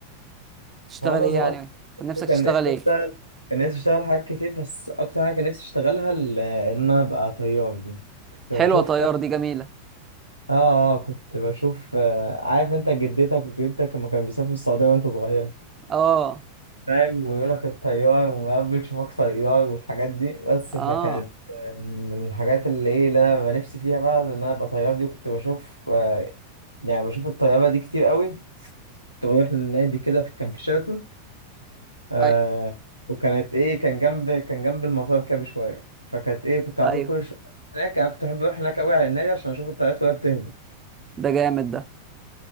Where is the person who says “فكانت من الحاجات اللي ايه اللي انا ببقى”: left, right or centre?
Left